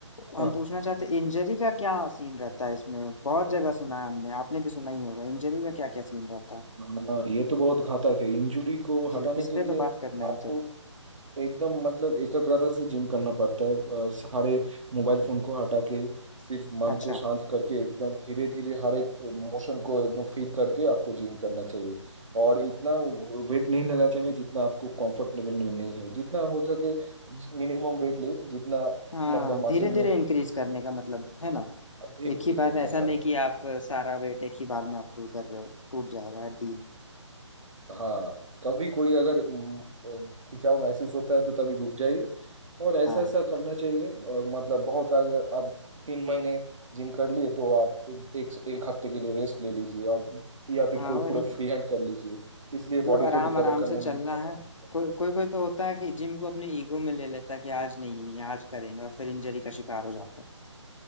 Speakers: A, on the left; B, on the right.
A: हम
B: हाँ
A: पूछना चाहते हैं इंजरी का क्या सीन रहता है इसमें बहुत जगह सुना है हमने आपने भी सुना ही होगा इंजरी का क्या क्या सीन रहता है
B: हाँ, ये तो बहुत घातक है इंजुरी को हटाने
A: जी इस
B: के
A: पे
B: लिए
A: तो बात करना
B: आपको
A: ही चाहिए
B: एकदम मतलब एकाग्रता से जिम करना पड़ता है अ, सारे मोबाइल फोन को हटा के सिर्फ मन
A: अच्छा
B: को शांत करके एकदम धीरे धीरे हर एक मोशन को एकदम फील करके आपको जिम करना चाहिए और इतना वेट नहीं लेना चाहिए जितना आपको कंफर्टेबल में नहीं है जितना हो सके मिनिमम वेट ले जितना
A: हाँ
B: मतलब
A: धीरे
B: मसल
A: धीरे
B: में
A: इंक्रीज करने का मतलब है ना
B: धीरे
A: एक
B: धीरे
A: ही बार
B: एकदम
A: ऐसा नहीं
B: करना है
A: कि आप सारा वेट एक ही बार में आप पुल कर रहे हो टूट जाएगा हड्डी
B: हाँ कभी कोई अगर म, अ, खिंचाव महसूस होता है तो तभी रुक जाइए और ऐसा
A: हाँ
B: ऐसा करना चाहिए और मतलब बहुत अगर आप तीन महीने जिम कर लिए तो आप एक एक हफ्ते के लिए रेस्ट ले लीजिए और या फिर
A: हाँ
B: कोई
A: वही
B: पूरा फ्री हैंड कर लीजिए इसलिए
A: मतलब
B: बॉडी
A: आराम
B: को रिकवर
A: आराम
B: करने
A: से
B: में
A: चलना
B: भी आसानी
A: है
B: होता है
A: कोई कोई कोई तो होता है कि जिम को अपने ईगो में ले लेता है कि आज नहीं नहीं आज करेंगे और फिर इंजरी का शिकार हो जाता है